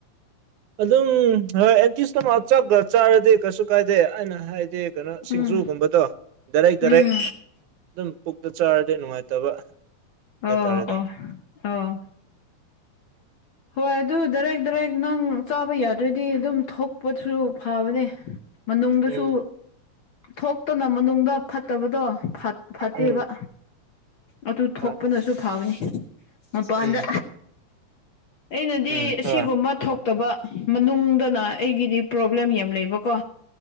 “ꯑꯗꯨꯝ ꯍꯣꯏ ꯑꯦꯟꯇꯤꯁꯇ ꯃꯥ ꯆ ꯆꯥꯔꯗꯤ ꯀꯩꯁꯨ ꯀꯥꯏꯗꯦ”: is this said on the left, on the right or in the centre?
Right